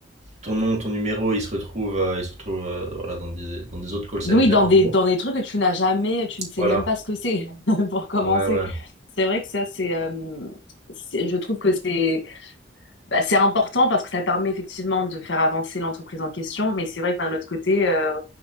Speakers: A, on the right; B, on the left.
A: ton nom, ton numéro, ils se retrouvent euh, il se retrouvent euh, voilà, dans des, dans des autres call centers,
B: Oui, dans
A: en
B: des,
A: gros.
B: dans des trucs que tu n'as jamais, tu ne sais
A: Voilà.
B: même pas ce que c'est, <laughs> pour commencer.
A: Ouais, ouais.
B: C'est vrai que ça, c'est, euh, c'est- je trouve que c'est, bah, c'est important parce que ça permet effectivement de faire avancer l'entreprise en question. Mais c'est vrai que d'un autre côté, euh,